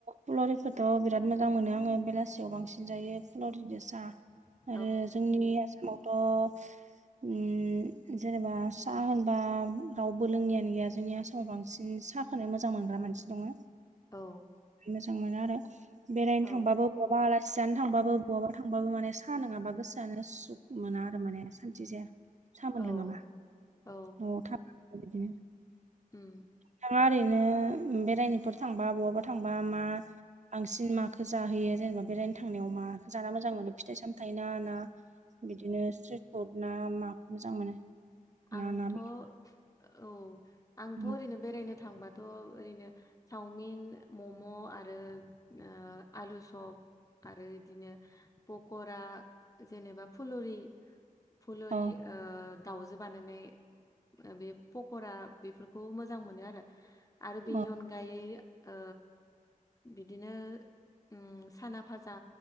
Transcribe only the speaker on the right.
फुलरिखोथ' बिराद मोजां मोनो आङो बेलासियाव बांसिन जायो फुलरिदो सा
आरो जोंनि आसामावथ'। ओम जेनेबा सा होनबा रावबो लोङियानो गैया जोंनि आसामाव बांसिन सा। खोनो मोजां मोनग्रा मानसि दङो।
मोजां मोनो आरो बेरायनो
थांबाबो बहाबा आलासि जानो थांबाबो बहाबा थांबाबो माने सा नोङाबा गोसोआनो सु सुख मोना आरो माने सानथि जाया। साहा मोनलोङाबा
न'आव थाब बिदिनो
नोंथाङा ओरैनो बेरायनोफोर थांबा बवाबा थांबा मा बांसिन माखो जाहोयो जेनेबा बेरायनो थांनायाव मा जाना मोजां मोनो फिथाइ सामथाइ ना ना बिदिनो स्ट्रिट फुड ना माखौ मोजां मोनो। ना
ना बेदर?
अ
अ
अ